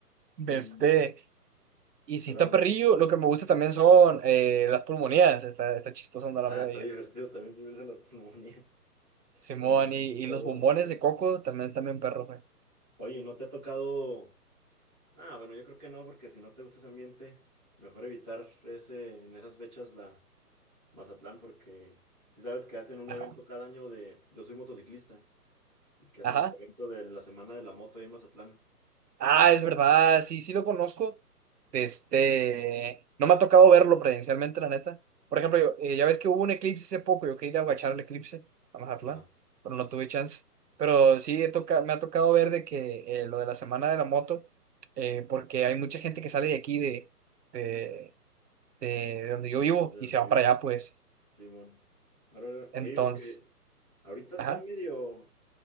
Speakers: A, on the right; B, in the centre.
A: De
B: Y,
A: este. Y si
B: perdón,
A: está perrillo, lo que me gusta también son eh, las pulmonías. Está, está chistoso andar
B: ah,
A: larga
B: está
A: de
B: <laughs> divertido
A: ahí.
B: también subirse a las pulmonías, <laughs>
A: Simón
B: el ambiente
A: y, y
B: está
A: los
B: bueno
A: bombones
B: también.
A: de coco también, también perro, güey.
B: Oye, ¿no te ha tocado? Ah, bueno, yo creo que no, porque si no te gusta ese ambiente, mejor evitar ese, en esas fechas la Mazatlán, porque si sabes que hacen un
A: Ajá.
B: evento cada año de Yo soy motociclista y que hacen
A: Ajá.
B: su evento de la Semana de la Moto ahí en Mazatlán.
A: Ah, es verdad. Sí, sí lo conozco. De este. No me ha tocado verlo presencialmente, la neta. Por ejemplo, yo- eh, ya ves que hubo un eclipse hace poco. Yo quería ir a guachar el eclipse a Mazatlán,
B: Ajá.
A: pero no tuve chance. Pero sí he toca- me ha tocado ver de que eh, lo de la semana de la moto, eh, porque hay mucha gente que sale de aquí de de. de, de donde yo vivo
B: De
A: y
B: donde
A: se van
B: viven,
A: para allá,
B: supongo.
A: pues.
B: Simón. Ahora,
A: Entonces,
B: Sí, porque ahorita está
A: ajá,
B: medio.